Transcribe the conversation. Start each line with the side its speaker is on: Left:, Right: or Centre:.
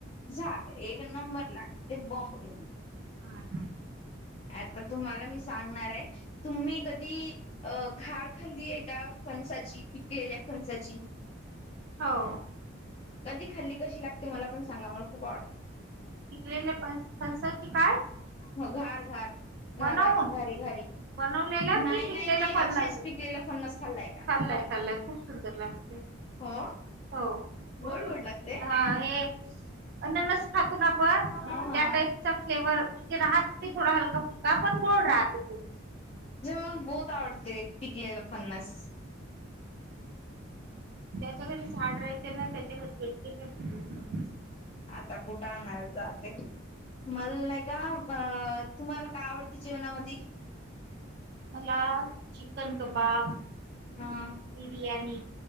Left: झालं एक नंबर लागते बॉम्बलोन.
Right: हा हा.
Left: आता तुम्हाला मी सांगणार आहे, तुम्ही कधी अ घार खाल्लीय का? फणसाची पिकलेल्या फणसाची
Right: हो.
Left: कधी खाल्ली, कशी लागते मला पण सांगा मला खूप आव
Right: पिकलेल्या फ फणसाची काय?
Left: हो घार घार घार
Right: बनवून
Left: घारी घारी
Right: बनवलेल्या
Left: नाही
Right: कि पिकलेल्या
Left: नाही नाही
Right: फणस?
Left: असेच पिकलेलं फन्नस खाल्लाय का?
Right: खाल्लाय खाल्लाय खूप सुंदर लागते
Left: हो.
Right: हो.
Left: गोड
Right: हा.
Left: गोड लागते
Right: हे अननस खातो ना आपण
Left: हा हा.
Right: त्या टाईप. फ्लेवर म्हणजे राह ते थोडा हलका फुलका पण गोड राहते खूप.
Left: जेव बहुत आवडते पिकलेल फन्नस.
Right: ज्याच्या घरी झाड राहते ना त्याच्या घरी <unintelligible>
Left: आता कुठ आणयला जाते? मल नाही का अ तुम्हाला काय आवडते जेवणामधी?
Right: मला चिकन कबाब
Left: हा.
Right: बिर्याणी